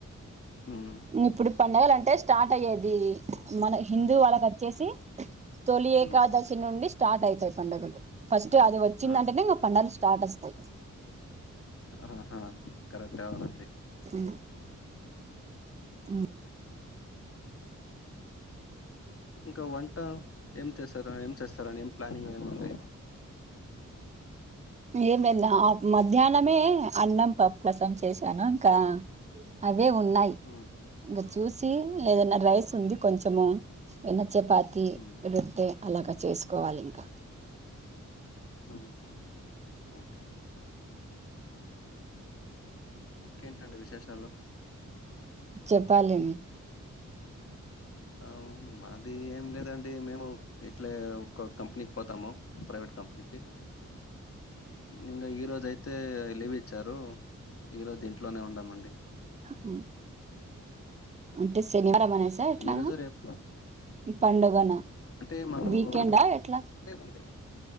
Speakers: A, on the left; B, on the right.
A: హ్మ్.
B: ఇప్పుడు పండగల్ అంటె స్టార్ట్ అయ్యేది మన హిందూ వాళ్ళ వచ్చేసి తొలి
A: హ్మ్.
B: ఏకాదశి నుండి స్టార్ట్ ఐతయ్ పండగలు ఫస్ట్ అది వచ్చిందంటనే
A: ఆ!
B: ఇంగ పండలు స్టార్ట్ ఒస్తయ్.
A: ఆహా కరెక్టె ఔనండి
B: ఉ ఉ
A: ఇంక వంట ఏం చేస్తరు ఏం చేస్తారని ఏం ప్లానింగ్ ఏయ్ ఉంది
B: ఏం లేద్ నా అ మధ్యాహ్నమే అన్నం పప్పసం చేశాను ఇంకా అవే ఉన్నాయ్
A: ఉ
B: ఇంక చూసి ఏదన్న రైస్ ఉంది కొంచము ఎన్న చపాతి
A: ఉమ్,
B: రొట్టె అలాగ చేస్కోవాలి ఇంక
A: ఆహ ఇంక ఇంకేంటండి విశేషాలు
B: చెప్పాలే మి
A: ఔన్ మాది ఏం లేదండి మేము ఇట్లే ఒక కంప్నీక్ పోతాము ప్రైవేట్ కంపెనీకి ఇంగ ఈరోజ్ అయితే లీవ్ ఇచ్చారు ఈరోజ్ ఇంట్లోనే ఉండామండీ
B: హ్ ఉ అంటె సెనివారం
A: ఉమ్,
B: అనేసా ఎట్లా
A: ఈ రోజు రేపు
B: పండగ న
A: అంటే మాకు
B: వీకెండా ఎట్ల
A: లేదండి